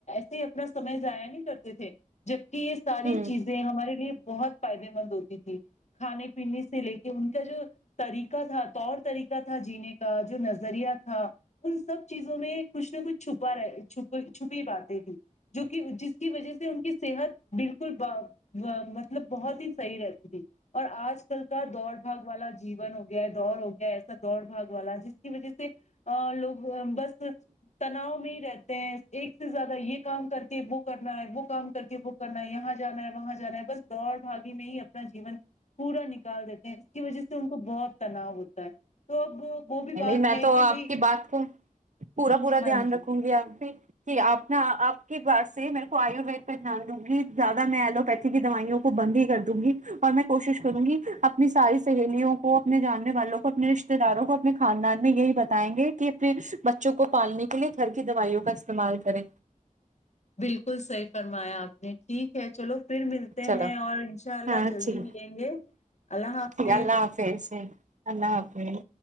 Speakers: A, on the left; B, on the right.
A: تھے اپنا سمے ایاع نہیں کرتے تھے جب کہ یہ ساری
B: ہوں
A: چیزیں ہمارے لیے بہت فائدے مند ہوتی تھی کھانے پینے سے لے کے ان کا جو طریقہ تھا طور طریقہ تھا جینے کا جو نظریہ تھا ان سب چیزوں میں کچھ نہ کچھ چھپا رہ چ چھپی باتیں تیں جو کہ جس کی وجہ سے ان کی صحت بالکل مطلب بہت ہی صحیح رہتی تھی اور آج ل کا دوڑ بھگ والا جیز ہو گیا دڑ ہو گیا ایسا دوڑ بھگ والا جس کی وجہ سے لوگ بس تناؤ میں ہی رہتے ہیں ایک سے زیادہ یہ کام کر کے وہ کرنا ہے وہ کام کر کے وہ کرنا ہے یہاں جانا ہے وہاں جانا ہے بس دوڑ بھاگی میں ہی اپنا جیون پورا نکال دیتے ہیں اس کی وجہ سے ان کو بہت تناؤ ہوتا ہے تو اب وہ بھی
B: نہیں
A: بات
B: نہیں میں
A: ہے
B: تو
A: کہ
B: آپ
A: بھائی
B: کی بات کووں پورا پورا
A: ہاں
B: دھیان
A: جی
B: رکھوں گی آپ سے کہ آپ نے آپ کے بار سے میرے کو آیوروید پہ دھیان دوں گی زیادہ میں ایلوپیتھی کی دوائیوں کو بند ہی کر دوں گی اور میں کوشش کروں گی اپنی ساری سہیلیوں کو اپنے جاننے والوں کو اپنے رشتے داروں کو اپنے خاندان میں یہی بتائیں گے کہ اپنے بچوں کو پالنے کے لیے گھر کی دوائیوں کا استعمال کریں
A: بالکل صحیح فرمایا آپ نے ٹھیک ہے چلو پھر ملتے
B: چلو
A: ہیں اور انشاء اللہ
B: ہاں
A: جلدی
B: ٹھیک
A: ملیں گے اللہ حافظ
B: ٹھیک اللہ حافظ اللہ آپمیے